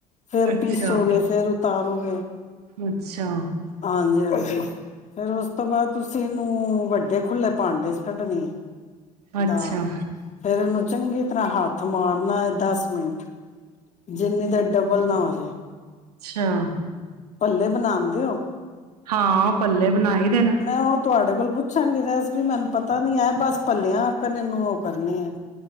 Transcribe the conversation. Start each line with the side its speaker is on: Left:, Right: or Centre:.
Left: ਫੇਰ
Right: ਅੱਛਾ
Left: ਪੀਿਸੋ ਗ ਫੇਰ ਉਤਾਰੂਗੇ
Right: ਅੱਛਾ
Left: ਹਾਂਜੀ ਹਾਂਜੀ ਫੇਰ ਉਸ ਤੋਂ ਬਾਅਦ ਤੁਸੀਂ ਇਹਨੂੰ ਵੱਡੇ ਖੁੱਲੇ ਪਾਂਡੇ ਕੱਢਣੀ
Right: ਅੱਛਾ
Left: ਦਾ ਫੇਰ ਇਹਨੂੰ ਚੰਗੇ ਤਰ੍ਹਾਂ ਹੱਥ ਮਾਰਨਾ ਹੈ ਦਸ ਮਿੰਟ ਜਿੰਨੀ ਦੇ ਡਬਲ ਨਾ ਹੋ ਜਾੇ
Right: ਅੱਛਾ
Left: ਪੱਲੇ ਬਣਾਮ ਦਿਓ
Right: ਹਾਂ ਪੱਲੇ ਬਣਾਈ ਦੇਣ।
Left: ਉਹ ਤੁਹਾਡੇ ਕੋਲ ਪੁੱਛਾਂਗੀ ਰਸ ਪੀ ਮੈਨੂੰ ਪਤਾ ਨੀ ਹੈ ਬਸ ਭੱਲਿਆ ਅਕਨ ਇਹਨੂੰ ਉਹ ਕਰਨੇ ਆ।